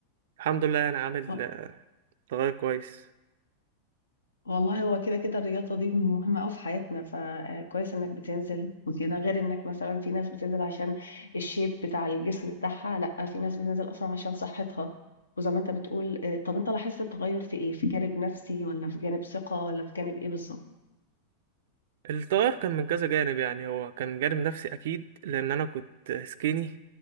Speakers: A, on the right (about 55°); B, on the left (about 75°).
A: الحمد لله يعني عامل
B: آه.
A: آه، تغير كويس
B: والله هو كده، كده الرياضة دي مهمة أوي في حياتنا، فكويس إنك بتنزل وكده، غير إنك مثلًا في ناس بتنزل عشان الshape بتاع الجسم بتاعها، لأ، في ناس بتنزل أصلًا عشان صحتها، وزي ما أنت بتقول آآ طب أنت لاحظت التغيُّر في إيه؟ في جانب نفسي والّا في جانب ثقة والّا في جانب إيه بالضبط؟
A: التغير كان من كذا جانب يعني هو كان جانب نفسي اكيد لان انا كنت سكيني